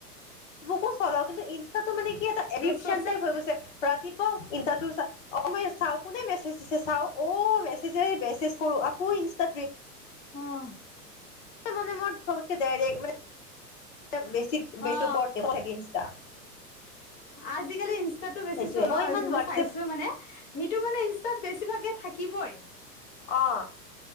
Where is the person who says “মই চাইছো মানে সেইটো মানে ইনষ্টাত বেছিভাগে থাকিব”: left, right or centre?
Left